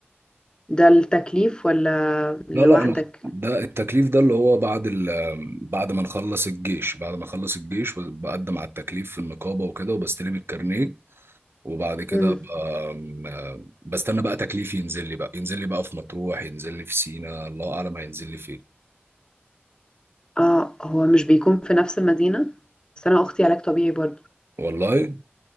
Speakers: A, on the left; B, on the right.
A: ده التكليف ولا لوحدك
B: لا لا انا ده التكليف ده اللي هو بعد ال بعد ما نخلص الجيش بعد ما اخلص الجيش بقدم على التكليف في النقابه وكده وبستلم الكارنيه وبعد كده
A: مم.
B: بقى- بستنى بقى تكليفي ينزل لي بقى ينزل لي بقى في مطروح ينزل لي في سينا الله اعلم هينزل لي فين
A: اه هو مش بيكون في نفس المدينه بس انا اختي علاج طبيعي برضو
B: والله